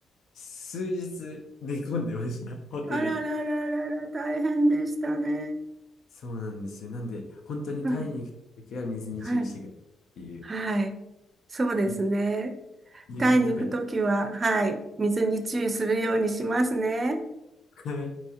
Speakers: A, on the left; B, on the right.
A: 数日寝込んでました。ホテルで。
B: あららららら、大変でしたね。
A: そうなんですよ。なんで、本当にタイに行くときは水に注意してくれっていう、
B: うんはい。はい。そうですね。
A: <laughs> 友人とかに。
B: タイに行くときは、はい。水に注意するようにしますね。
A: はい。